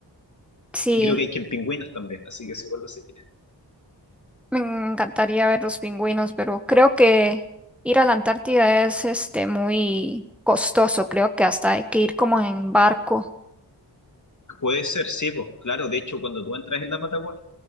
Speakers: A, in the centre; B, on the left.
A: Sí,
B: Y creo que hay que en pingüinos también, así que es igual lo sé.
A: me encantaría ver los pingüinos, pero creo que ir a la Antártida es este muy costoso. Creo que hasta hay que ir como en barco.
B: Puede ser, sí, pues claro, de hecho cuando tú entras en la Patagonia,